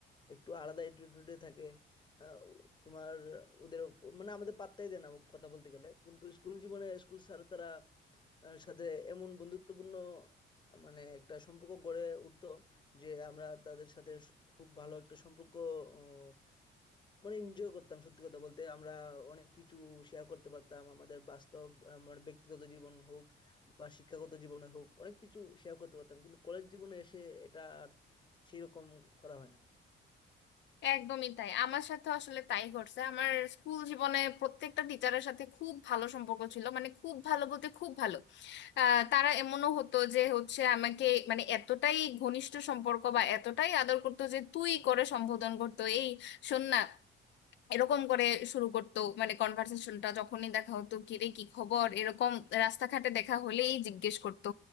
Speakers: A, on the left; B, on the left.
A: একটু আলাদা অ্যাটিটিউডে থাকে আহ, তোমার ওদের মানে আমাদের পাত্তাই দেয় না কথা বলতে গেলে কিন্তু স্কুল জীবনে স্কুল স্যার তারা আহ সাথে এমন বন্ধুত্বপূর্ণ মানে একটা সম্পর্ক গড়ে উঠতো যে আমরা তাদের সাথে স- খুব ভালো একটা সম্পর্ক আহ, মানে এনজয় করতাম সত্যি কথা বলতে আমরা অনেক কিছু শেয়ার করতে পারতাম আমাদের বাস্তব আহ, মানে ব্যক্তিগত জীবন হোক বা শিক্ষাগত জীবনের হোক অনেক কিছু শেয়ার করতে পারতাম কিন্তু কলেজ জীবনে এসে এটা আর সেরকম করা হয় না
B: একদমই তাই আমার সাথে আসলে তাই ঘটছে আমার স্কুল জীবনে প্রত্যেকটা টিচারের সাথে খুব ভালো সম্পর্ক ছিল মানে খুব ভালো বলতে খুব ভালো আহ, তারা এমনও হতো যে হচ্ছে আমাকে মানে এতটাই ঘনিষ্ঠ সম্পর্ক বা এতটাই আদর করতো যে তুই করে সম্বোধন করতো এই শোন না এরকম করে শুরু করতো মানে কনভার্সেশনটা যখনই দেখা হতো কি রে কি খবর এরকম রাস্তাঘাটে দেখা হলেই জিজ্ঞেস করতো